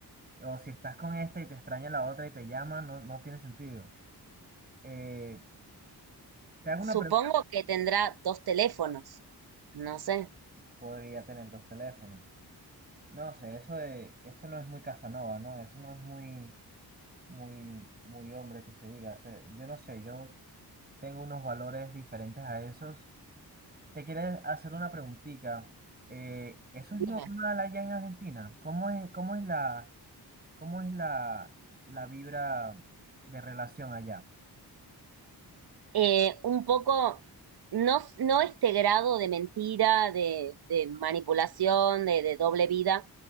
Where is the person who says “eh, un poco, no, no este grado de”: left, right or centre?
Right